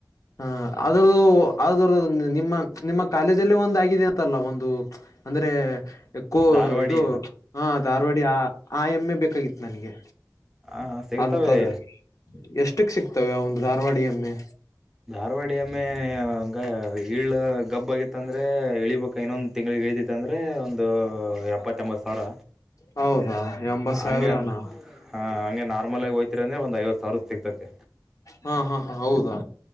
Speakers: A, on the left; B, in the centre.
A: ಹ ಅದ್ರದ್ದು ಆದ ನಿಮ್ಮ ನಿಮ್ಮ ಕಾಲೇಜಲ್ಲಿ ಒಂದು ಆಗಿದೆ ಅಂತಲ್ಲ ಒಂದು ಅಂದ್ರೆಕ್ಕೋ
B: ಧಾರವಾಡಿ
A: ಇದು ಹ ಧಾರವಾಡಿ ಆ ಆ ಎಮ್ಮೆ ಬೇಕಾಗಿತ್ತು ನನಗೆ
B: ಹಾ ಸಿಗ್ತವೆ
A: ಅಂತದ ಎಷ್ಟಕ್ ಸಿಕ್ತವೆ ಒಂದು ಧಾರವಾಡ ಎಮ್ಮೆ
B: ಧಾರವಾಡಿಯಮ್ಮೆ ಹಂಗ ಈಳ ಗಬ್ಬ ಆಗಿತ್ತ ಅಂದ್ರೆ ಇಳಿಬೇಕ ಇನ್ನೊಂದ ತಿಂಗಳಿಗೆ ಇಳಿದಿ ಇಂದ್ರೆ ಒಂದು ಎಪ್ಪತ್ತ ಎಂಬತ್ ಸಾವಿರ
A: ಹೌದಾ ಎಂಬತ್ ಸಾವಿರನಾ
B: ಹಂಗೆ ಹಾ ಹಂಗೆ ನಾರ್ಮಲಾಗಿ ಹೋತೀರ ಅಂದ್ರೆ ಒಂದು ಐವತ್ತು ಸಾವಿರ ಸಿಗ್ತತಿ
A: ಹಾ ಹಾ ಹಾ ಹೌದಾ